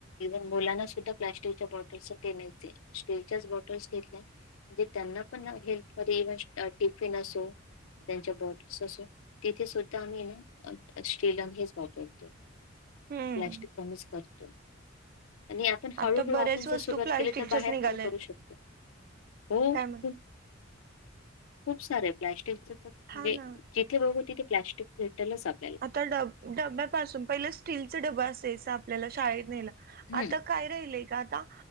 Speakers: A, on the left; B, on the right.
A: इव्हन मुलांना सुद्धा प्लास्टिकच्या बॉटल्स पेण्याचे स्टीलच्याच बॉटल्स घेतल्या म्हणजे त्यांना पण हेल्थ व इवन टिफिन असो त्यांच्या बॉर्डर्स असो तिथे सुद्धा आम्ही ना शीलंग हे वाठवल
B: हम्म
A: प्लॅस्टिक कमीच करतो आणि आपण हळूहळू
B: आता बऱ्याच
A: आपण
B: वस्तू
A: जर सुरुवात
B: प्लास्टिकच्याच
A: केली तर बाहेर
B: निघाल्यात
A: पण करू शकतो हो
B: काय म्हण
A: खूप खूप सारे प्लास्टिक म्हणजे
B: हा ना
A: इथे बघ त ते प्लस्िक भेटलच आप
B: आता ड डब्यापासून पहिलं स्टीलच डबा असायच आपल्याला शाळेत नेयला
A: हं,
B: आता काय राहिलय का आता